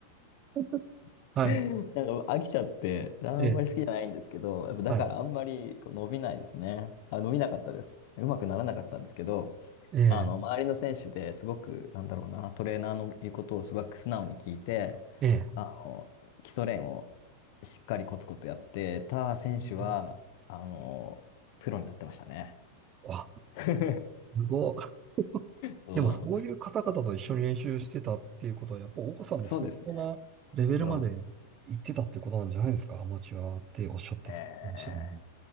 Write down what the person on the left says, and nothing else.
<laughs>
なんか飽きちゃって、あんまり好きじゃないんですけど、
やっぱだからあんまりこう伸びないですね。
あ、伸びなかったです。うまくならなかったんですけど、
あの、周りの選手ですごく、なんだろうな、トレーナーの言うことをすごく素直に聞いて、
あの、基礎練をしっかりコツコツやってた選手は、
あの、プロになってましたね。
<laughs>
そう、
そうですね。プロの、
えー